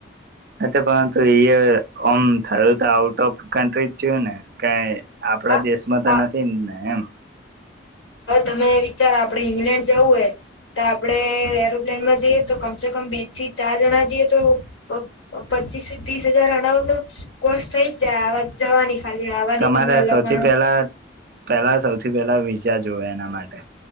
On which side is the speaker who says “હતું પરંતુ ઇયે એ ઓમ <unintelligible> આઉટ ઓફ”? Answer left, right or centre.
Right